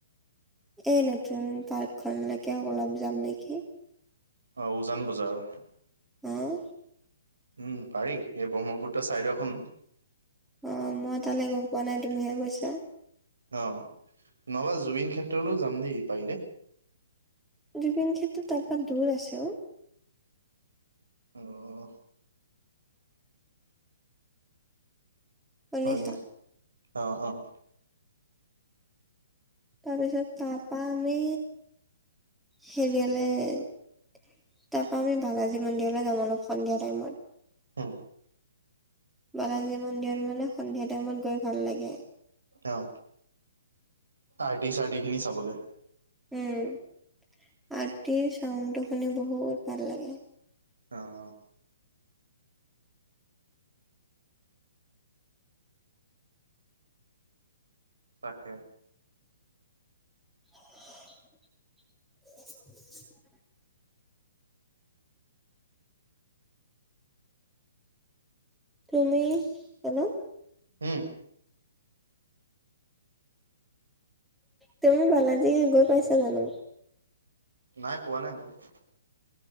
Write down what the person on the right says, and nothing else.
অঁ উজান বজাৰৰ।
উম, পাৰি এই ব্ৰহ্মপুত্ৰৰ ছাইডৰখন-
অ, নহ'লে জুবিন ক্ষেত্ৰলৈও যাম দেই পাৰিলে।
অ
হয়নি অঁ অঁ
উম,
অঁ আৰ্টি চাৰ্টি খিনি চাবলে।
অ অ। তাকে।
উম।
নাই পোৱা নাই বাৰু।